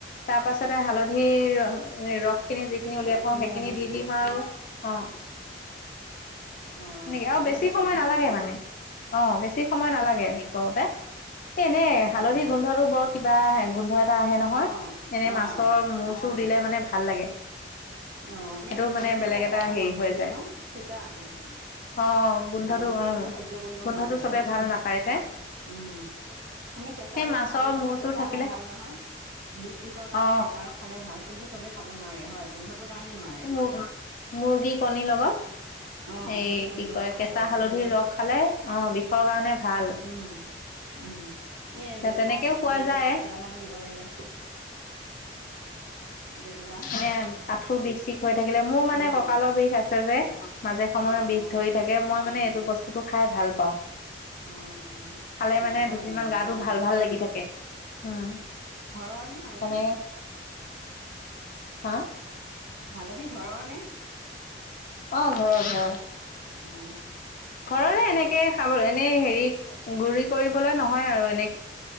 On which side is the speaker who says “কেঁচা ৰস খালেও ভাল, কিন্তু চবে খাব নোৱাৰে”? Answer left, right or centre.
Right